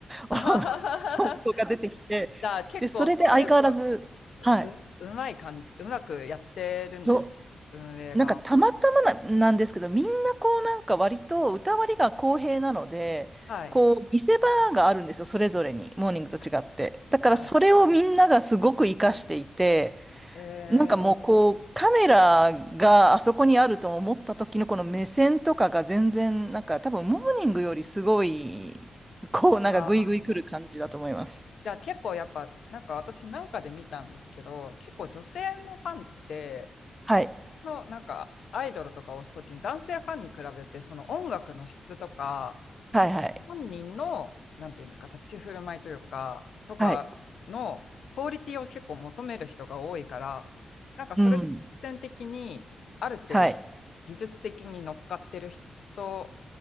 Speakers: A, on the left; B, on the right.
A: あはは
B: <laughs> 男が出てきて、
A: はじゃあ結構そういうのが
B: で、それで相変わらず、はい、
A: う、うまい感じ、うまくやってるんですね、
B: ど、
A: 運営が。
B: なんかたまたまな、なんですけど、みんなこうなんか割と歌割りが公平なので、
A: はい。
B: こう見せ場があるんですよ、それぞれに、モーニングと違って。
A: はい。
B: だからそれをみんながすごく活かしていて、
A: はい。えー、
B: なんかもうこうカメラがあそこにあると思った時のこの目線とかが全然なんか多分モーニングよりすごいこうなんかグイグイ来る感じだと思います。
A: あーじゃあ結構やっぱ、なんか私なんかで見たんですけど、結構女性のファンって、
B: はい。
A: のなんかアイドルとかを推すときに男性ファンに比べてその音楽の質とかその本人のなんていうんですか立ち振る舞いというかとかのクオリティを結構求める人が多いからなんかそれで実践的にある程度技術的に乗っかってる人
B: はいはい。はい。うん。はい。